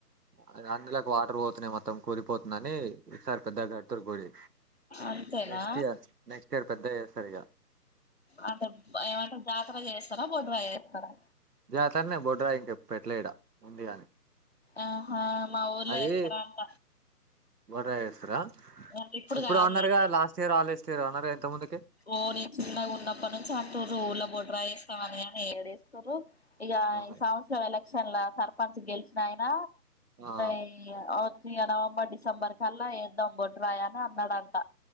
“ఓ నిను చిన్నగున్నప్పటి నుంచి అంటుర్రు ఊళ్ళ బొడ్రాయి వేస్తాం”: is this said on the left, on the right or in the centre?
Left